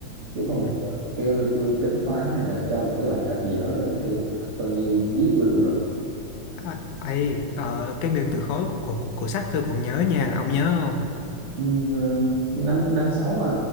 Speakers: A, on the right; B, on the left.
A: chứ
B: Ừ.
A: còn giờ mà kêu tôi tính toán hay là cho một cái bài tập gì đó là tôi coi như giết tôi luôn rồi
B: À, ấy ờ, cái nguyên tử khối của, của của của sách tôi còn nhớ nha ông nhớ không
A: Ừm, ờ, năm năm sáu à